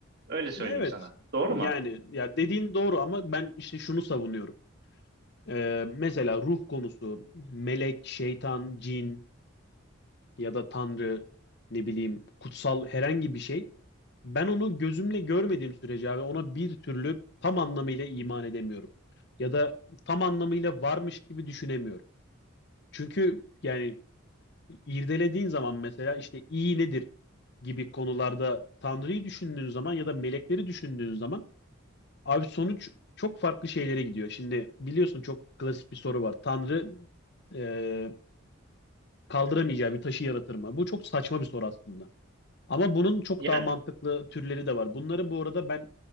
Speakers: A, on the right; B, on the left.
A: Öyle söyleyeyim
B: Evet
A: sana. Doğru
B: yani
A: mu?
B: ya dediğin doğru ama ben işte şunu savunuyorum. Ee, mesela ruh konusu, melek, şeytan, cin ya da tanrı, ne bileyim, kutsal herhangi bir şey. Ben onu gözümle görmediğim sürece abi ona bir türlü tam anlamıyla iman edemiyorum. Ya da tam anlamıyla varmış gibi düşünemiyorum. Çünkü yani irdelediğin zaman mesela işte iyi nedir gibi konularda tanrıyı düşündüğün zaman ya da melekleri düşündüğün zaman Abi sonuç çok farklı şeylere gidiyor. Şimdi biliyorsun çok klasik bir soru var. Tanrı e, kaldıramayacağı bir taşı yaratır mı? Bu çok saçma bir soru aslında. Ama bunun çok
A: Yani.
B: daha mantıklı türleri de var. Bunları bu arada ben